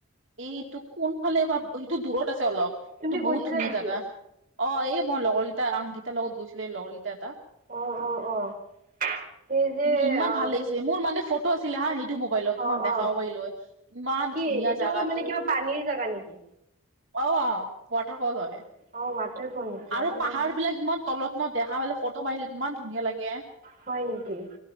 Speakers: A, on the right; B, on the right.
A: এ এইটো কোনফালে বা সেইটো দূৰত আছে অলপ,
B: তুমি
A: কিন্তু বহুত
B: গৈছিলা
A: ধুনীয়া
B: নেকি?
A: জাগা। অ', এই মই লগৰকেইটা অংকিতাৰ লগত গৈছিলো, এই লগৰকেইটা এটা।
B: অ', অ', অ'। সেই যে
A: কিমান
B: অ',
A: ভাল লাগিছে, মোৰ মানে ফ টো আছিলে হা সেইটো মোবাইলত, তোমাক
B: অ',
A: দেখাব
B: অ',
A: পাৰিলো হয়, ইমান
B: কি
A: ধুনীয়া
B: এইটো
A: জাগাটো।
B: মানে কিবা পানীৰ জাগা নেকি?
A: অঁ, ৱাটাৰফল হয়,
B: অ', ৱাটাৰফল নেকি
A: আৰু
B: অ'।
A: পাহাৰবিলাক ইমান তল মই দেখা পালোঁ, ফটো মাৰিলো ইমান ধুনীয়া লাগে।
B: হয় নেকি?